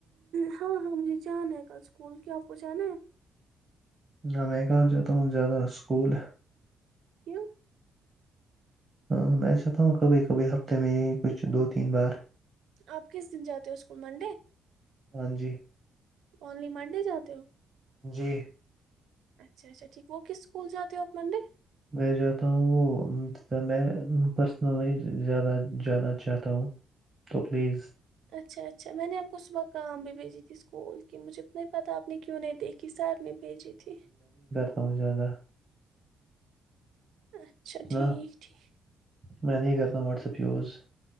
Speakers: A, on the right; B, on the right.
A: ہو ہاں ہاں مجھے جانا ہے کل اسکول کیا آپ کو جانا ہے
B: نہ میں کہاں جاتا ہوں زیادہ اسکول
A: کیوں
B: ہاں میں چاہتا ہوں کبھی کبھی ہفتے میں یہی کچھ دو تین بار
A: آپ کس دن جاتے ہو اسکول منڈے
B: ہاں جی
A: اونلی منڈے جاتے ہو
B: جی
A: اچھا اچھا ٹھیک وہ کس اسکول جاتے ہو آپ منڈے
B: میں جاتا ہوں وہ میں پرسنلی زیادہ جانا چاہتا ہوں تو پلیز
A: اچھا اچھا میں نے آپ کو صبح کام بھیجی تھی اسکول کہ مجھے تو نہیں پتہ اپ میں کیوں نہیں دیکھی سار نے بھیجی تھی
B: تاوں زیادہ
A: اچھا ٹھیک
B: نہ
A: ٹھیک
B: میں نہیں کرتا ہوں واٹسپ یوز